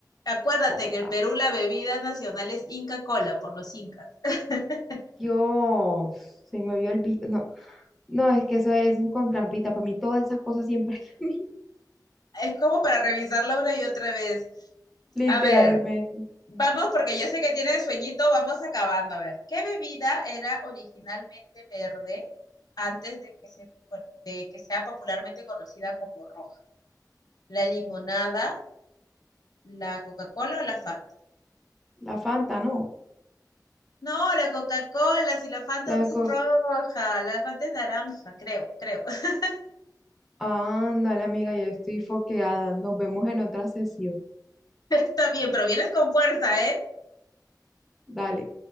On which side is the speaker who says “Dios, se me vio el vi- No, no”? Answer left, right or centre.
Centre